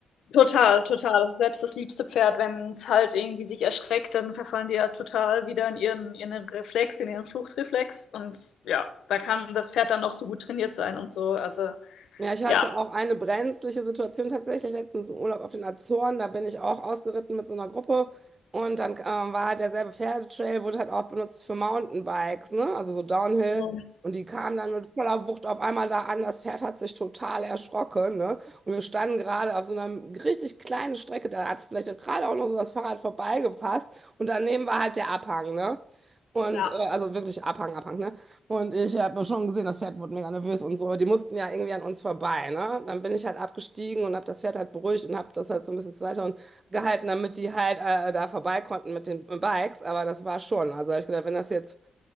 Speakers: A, on the left; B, on the right.
A: Total, total. Also selbst das liebste Pferd, wenn es halt irgendwie sich erschreckt, dann verfallen die ja total wieder in ihren, ihren Reflex, in ihren Fluchtreflex. Und ja, da kann das Pferd dann noch so gut trainiert sein und so. Also
B: Ja, ich hatte
A: ja.
B: auch eine brenzliche Situation tatsächlich letztens im Urlaub auf den Azoren. Da bin ich auch ausgeritten mit so einer Gruppe. Und dann ähm, war halt derselbe Pferdetrail, wurde halt auch benutzt für Mountainbikes, ne? Also so Downhill.
A: Mhm.
B: Und die kamen dann mit voller Wucht auf einmal da an. Das Pferd hat sich total erschrocken, ne? Und wir standen gerade auf so einer richtig kleinen Strecke. Da hat vielleicht gerade auch noch so das Fahrrad vorbeigepasst. Und daneben war halt der Abhang, ne? Und
A: Ja.
B: äh, also wirklich Abhang, Abhang, ne? Und ich habe schon gesehen, das Pferd wurde mega nervös und so. Die mussten ja irgendwie an uns vorbei, ne? Dann bin ich halt abgestiegen und habe das Pferd halt beruhigt und habe das halt so ein bisschen zur Seite und gehalten, damit die halt äh, da vorbei konnten mit den Bikes. Aber das war schon. Also hab ich gedacht, wenn das jetzt